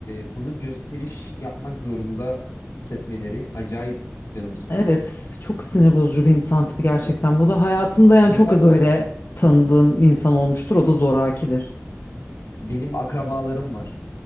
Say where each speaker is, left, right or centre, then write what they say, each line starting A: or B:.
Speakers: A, on the left; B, on the left.
A: e, bunu gösteriş yapmak zorunda hissetmeleri acayip canım sıkıyor.
B: Evet, çok sinir bozucu bir insan tipi gerçekten.
A: Hani
B: Bu da hayatımda yani çok
A: diğer
B: az öyle tanıdığım insan olmuştur. O da zorakidir.
A: benim akrabalarım var.